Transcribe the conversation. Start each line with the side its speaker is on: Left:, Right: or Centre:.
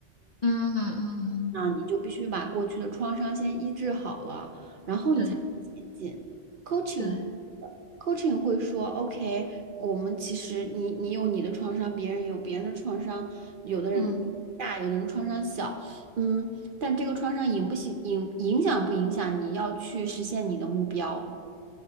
Left: 嗯嗯嗯，嗯
Right: 那你就必须把过去的创伤先医治好了，然后你才能前进。
Left: 对
Right: coaching
Left: 对，
Right: coaching 会说，OK，我们其实你你有你的创伤，别人也有别人的创伤，有的人大，
Left: 嗯。
Right: 有的人创伤小，嗯，但这个创伤影不行影影响不影响你要去实现你的目标？